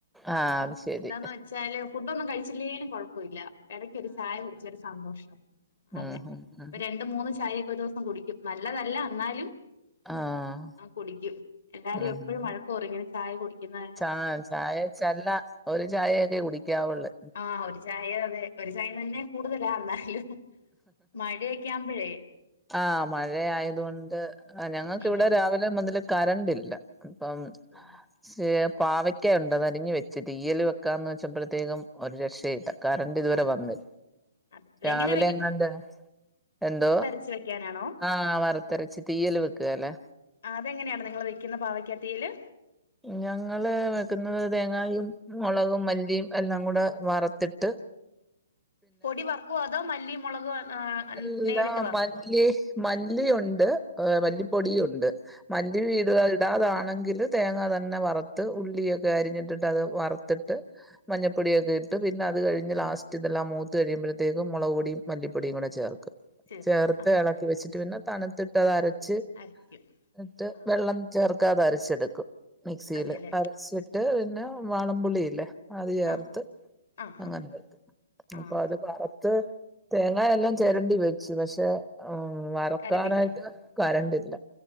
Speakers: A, in the centre; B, on the left (about 60°).
A: ആഹ് അത് ശരി
B: ന്താന്ന് വെച്ചാല് ഫുഡൊന്നും കഴിച്ചില്ലേലും കൊഴപ്പ ഇല്ല. എടയ്ക്കാരു ചായ കുടിച്ച ഒരു സന്തോഷാ
A: ഉം
B: അതെ
A: ഉം ഉം
B: പ്പൊ രണ്ട് മൂന്ന് ചായൊക്കെ ഒരോസം അ കുടിക്കും നല്ലതല്ല ന്നാലും
A: ആഹ്
B: അ കുടിക്കും എല്ലാരും
A: ഉം
B: എപ്പഴും
A: ഉം
B: മഴ ഓറിങ്ങനെ ചായ കുടിക്കുന്ന
A: ചാ ചായ ച്ചല്ല ഒരു ചായയൊക്കെ കുടിക്കാവുള്ള്
B: ആഹ് ഒരു ചായ അതെ ഒരു ചായ തന്നെ കൂടുതലാ അന്നാലും മഴയൊക്കാമ്പഴേ
A: ആഹ് മഴ ആയതുകൊണ്ട് അ ഞങ്ങക്കിവിടെ
B: അതെ അതെ
A: രാവിലെ മുതല് കരണ്ട്ല്ല. അപ്പം
B: ഓ
A: ശേ പാവയ് ക്കെ ഉണ്ടതരിഞ്ഞ് വെച്ച് തിയ്യൽ വെക്കാന്ന് വെച്ചപ്പള്ത്തേക്കും ഒരു രക്ഷയില്ല കറണ്ട്തുവരെ
B: ആ
A: വന്ന്
B: അതെ
A: രാവിലെ
B: എങ്ങനെ
A: എങ്ങണ്ട് എന്തോ?
B: ച്ച് വയ്ക്കാനാണോ?
A: ആഹ് വറുത്തരച്ച് തീയല് വെക്കുകേലെ
B: അതെങ്ങനെയാണ് നിങ്ങള് വെക്കുന്ന പാവക്കാ തിയല്?
A: ഞങ്ങള് വെക്കുന്നത് തേങ്ങായും മുളകും മല്ലിയും എല്ലാം കൂടെ വറുത്തിട്ട്
B: പൊടി വറക്കോ അതോ മല്ലി മുളകും ആ അം
A: എല്ലാ
B: നേരിട്ട് വറക്കോ?
A: മല്ലി മല്ലിയുണ്ട് അ മല്ലിപ്പൊടിയുണ്ട്
B: ആഹ്
A: മല്ലി വീടു അ ഇടാതാണെങ്കില് തേങ്ങ തന്നെ വറുത്ത് ഉള്ളിയൊക്കെ അരിഞ്ഞിട്ടിട്ട് അത് വറുത്തിട്ട് മഞ്ഞപ്പൊടിയൊക്കെ ഇട്ട് പിന്നത് കഴിഞ്ഞ് ലാസ്റ്റ് ഇതെല്ലാം മൂത്ത് കഴിയുമ്പഴത്തേക്കും മുളക് പൊടിയും മല്ലിപ്പൊടിയും കൂടെ ചേർക്കും
B: ചേർക്കും
A: ചേർത്ത്
B: ആഹ്
A: എളക്കി വെച്ചിട്ട് പിന്നെ തണുത്തിട്ടതരച്ച്
B: അരക്കും
A: ന്ന്ട്ട്
B: ആഹ്
A: വെള്ളം ചേർക്കാതരച്ചെടുക്കും മിക്സീല്
B: അതെല്ലേ
A: അരച്ചിട്ട് പിന്നെ വാളംപുളിയില്ലേ അത് ചേർത്ത്
B: ആഹ് ആഹ്
A: അങ്ങനെ
B: ആഹ്
A: വക്കും.
B: ആഹ്
A: അപ്പൊ അത് വറുത്ത് തേങ്ങ എല്ലാം ചെരണ്ടി വെച്ചു പക്ഷെ ഉം വറക്കാനായിട്ട്
B: കരണ്ടില്ല
A: കരണ്ടില്ല